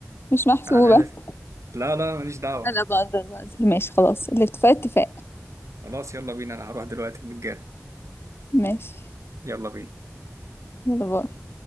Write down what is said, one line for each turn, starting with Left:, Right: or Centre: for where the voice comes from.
Left: مش محسوبة
Right: قاعد عندك لا لا ماليش دعوة
Left: انا بقدر بقدر ماشي خلاص الاتفاق اتفاق
Right: خلاص يلا بينا انا هروح دلوقتي المتجر
Left: ماشي
Right: يلا بينا
Left: يلا باي